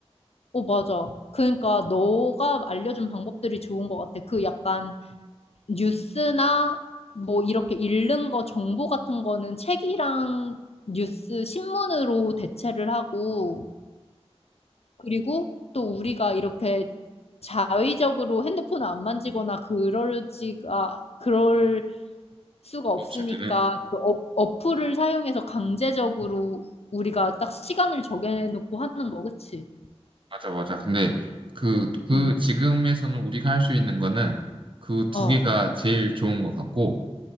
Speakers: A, on the left; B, on the right.
A: 어, 맞아. 그러니까 너가 알려준 방법들이 좋은 것 같아. 그 약간 뉴스나 뭐 이렇게 읽는 거 정보 같은 거는 책이랑 뉴스, 신문으로 대체를 하고, 그리고 또 우리가 이렇게 자의적으로 핸드폰을 안 만지거나 그럴지가, 그럴 수가 없으니까
B: 없을 때는
A: 그 어, 어플을 사용해서 강제적으로 우리가 딱 시간을 정해놓고 하는 거, 그치?
B: 맞아, 맞아. 근데 그, 그
A: 응,
B: 지금에서는 우리가 할 수 있는 거는 그 두
A: 어,
B: 개가 제일 좋은 것 같고